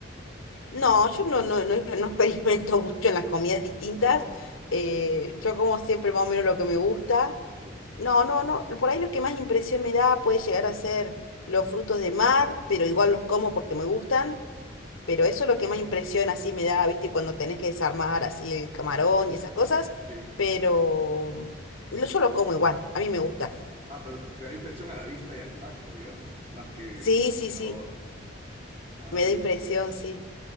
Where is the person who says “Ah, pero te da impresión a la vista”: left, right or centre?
Right